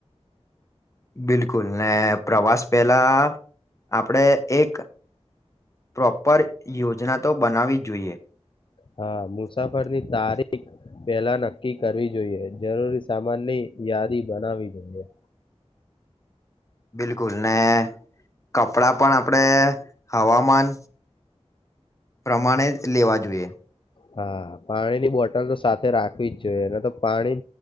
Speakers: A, on the left (about 25°); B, on the left (about 50°).
A: બિલકુલને પ્રવાસ, પેલા આપડે એક પ્રોપર યોજના, તો બનાવી જોઈએ
B: હા, મુસાફરની તારીખ પેલા નક્કી કરવી, જોઈએ જરૂરી સામાનની યાદી બનાવી જોઈએ
A: બિલકુલને કપડાં, પણ આપડે હવામાન પ્રમાણે જ લેવા જોઈએ.
B: હા, પાણીની બોટલ, તો સાથે રાખવી જ જોઈએ, તો પાણી